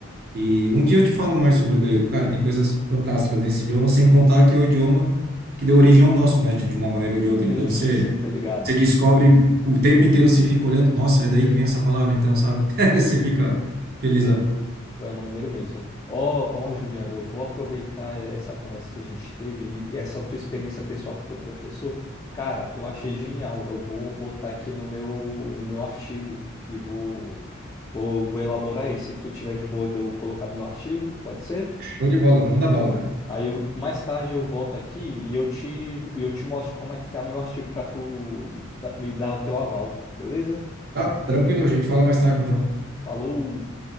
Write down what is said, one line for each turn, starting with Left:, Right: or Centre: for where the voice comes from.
Right: E um dia eu te falo mais sobre o grego. Cara, tem coisas fantásticas nesse idioma, sem contar que é o idioma que deu origem ao nosso, né? De, de uma maneira ou de outra.
Left: sim,
Right: Então
Left: sim,
Right: você,
Left: sim, tá ligado.
Right: você descobre o tempo inteiro, se fica olhando, nossa, é daí que vem essa palavra, então, sabe? <laughs> Você fica felizão.
Left: Pô. Pô, É maneiro mesmo. Ó, ó, Juliana, eu vou aproveitar eh, essa conversa que a gente teve e essa tua experiência pessoal com o teu professor. Cara, eu achei genial. Eu vou botar aqui no meu, no meu artigo e vou, vou, vou elaborar ele. Se tu tiver de boa, de eu colocar no meu artigo, pode ser?
Right: Show de bola, manda bala, cara.
Left: Aí eu, mais tarde eu volto aqui e eu te, eu te mostro como é que tá meu artigo para tu me dar o teu aval, beleza?
Right: Tá? Tranquilo, a gente fala mais tarde, então.
Left: Falou!